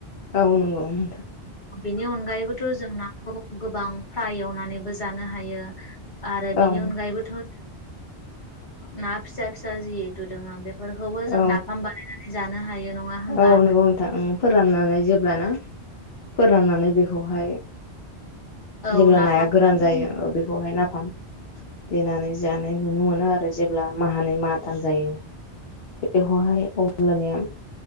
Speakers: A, on the left; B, on the left.
A: औ नंगौ नोंथां
B: बेनि अनगायैबोथ' जों नाखौ गोबां फ्राय एवनानैबो जानो हायो। आरो बिनि
A: औ
B: अनगायैबोथ' ओ ना फिसा फिसा जिहेतु दङा बे फोरखौबो
A: औ
B: जों नाफाम बानायनानै जानो हायो। नङा होमबा?
A: औ नंगौ नोंथां ओ फोराननानै जेब्लाना फोराननानै बेखौहाय
B: औ
A: जेब्ला
B: नाफामखौ
A: नाया गोरान जायो
B: जों
A: बेखौहाय नाफाम देनानै जानाय नुनो मोनो आरो जेब्ला माहानै माथाम जायो बेखौहाय अब्लानिया